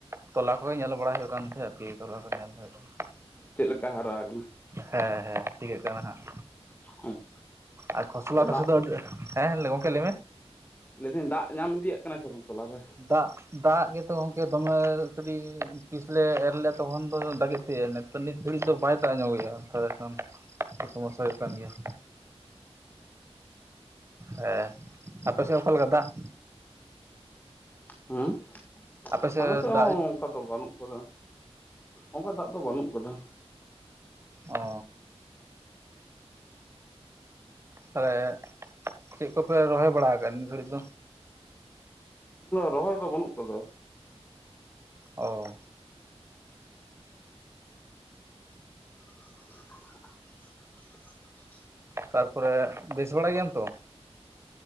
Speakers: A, on the right; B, on the left.
A: ᱛᱚᱞᱟ ᱠᱚᱜᱮ ᱧᱮᱞ ᱵᱟᱲᱟ ᱦᱩᱭᱩᱜ ᱠᱟᱱ ᱛᱟᱦᱮᱸ ᱟᱨᱠᱤ <unintelligible>
B: ᱪᱮᱫ ᱞᱮᱠᱟ ᱦᱟᱨᱟ ᱠᱟᱱᱟ
A: ᱦᱮᱸ ᱦᱮᱸ ᱡᱤᱠᱟᱹᱜ ᱠᱟᱱᱟ ᱦᱟᱸᱜ
B: <unintelligible>
A: ᱟᱨ ᱠᱷᱚᱥᱞᱟ ᱛᱤᱥᱮ
B: ᱫᱟᱜ
A: ᱫᱚ ᱟᱰᱤ ᱦᱮᱸ ᱜᱚᱢᱠᱮ ᱞᱟᱹᱭ ᱢᱮ
B: ᱞᱟᱹᱭ ᱫᱟᱹᱧ ᱫᱟᱜ ᱧᱟᱢ ᱤᱫᱤᱭᱟᱜ ᱠᱟᱱᱟᱭ ᱥᱮ ᱵᱟᱝ ᱛᱚᱞᱟ ᱨᱮ
A: ᱫᱟᱜ ᱫᱟᱜ ᱜᱮᱛᱚ ᱜᱚᱝᱠᱮ ᱫᱚᱢᱮ ᱠᱟᱹᱴᱤᱡ ᱛᱤᱥ ᱞᱮ ᱮᱨ ᱞᱮᱫᱼᱟ ᱛᱚᱠᱷᱚᱱ ᱫᱚ ᱫᱟᱜᱮᱜ ᱛᱟᱦᱮᱜᱼᱟ ᱱᱤᱛᱚᱜ ᱱᱤᱛ ᱜᱷᱟᱹᱲᱤᱡ ᱫᱚ ᱵᱟᱭ ᱫᱟᱜ ᱧᱚᱜᱮᱭᱟ ᱛᱟᱦᱚᱞᱮ ᱠᱷᱟᱱ ᱥᱚᱢᱚᱥᱟ ᱦᱩᱭᱩᱜ ᱠᱟᱱ ᱜᱮᱭᱟ ᱦᱮᱸ ᱟᱯᱮ ᱥᱮᱫ ᱚᱠᱟ ᱞᱮᱠᱟ ᱫᱟᱜ
B: ᱦᱩᱸ
A: ᱟᱯᱮ
B: ᱟᱞᱮ ᱥᱮᱫ
A: ᱫᱟᱜ
B: ᱦᱚᱸ ᱚᱱᱠᱟ ᱫᱚ ᱵᱟᱹᱱᱩᱜ ᱠᱟᱫᱟ ᱚᱱᱠᱟ ᱫᱟᱜ ᱫᱚ ᱵᱟᱹᱱᱩᱜ ᱠᱟᱫᱟ
A: ᱚ ᱛᱟᱦᱚᱞᱮ ᱪᱮᱫ ᱠᱚᱯᱮ ᱨᱚᱦᱚᱭ ᱵᱟᱲᱟ ᱠᱟᱜᱼᱟ ᱱᱤᱛ ᱜᱷᱟᱹᱲᱤᱡ ᱫᱚ
B: ᱨᱚᱦᱚᱭ ᱫᱚ ᱵᱟᱹᱱᱩᱜ ᱠᱟᱫᱟ
A: ᱚ
B: <inaudible> <inaudible> <inaudible>
A: ᱛᱟᱨ ᱯᱚᱨᱮ ᱵᱮᱥ ᱵᱟᱲᱟ ᱜᱮᱭᱟᱢ ᱛᱚ